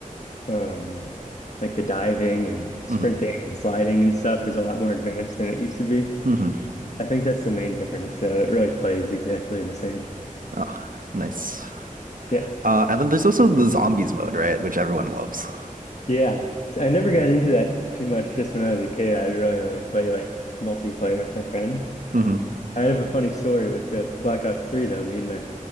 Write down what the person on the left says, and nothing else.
Um, like the diving and sprinting
and sliding and stuff is a lot more advanced than it used to be.
I think that's the main difference. So it really plays exactly the same.
Yeah.
Yeah. So I never
got into that too much just when I was a kid. I'd really only play like multiplayer with my friends.
I have a funny story with the Black Ops 3 though. Me and my